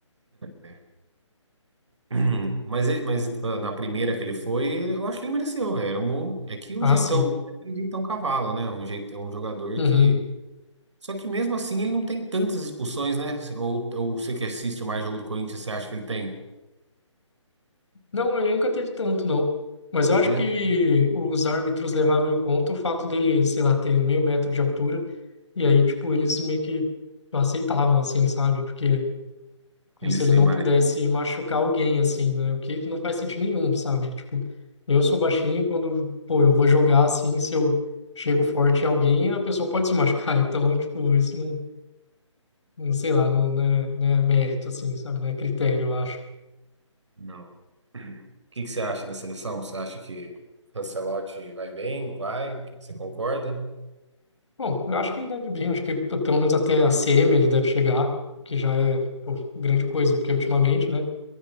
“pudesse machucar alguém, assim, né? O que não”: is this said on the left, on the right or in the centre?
Left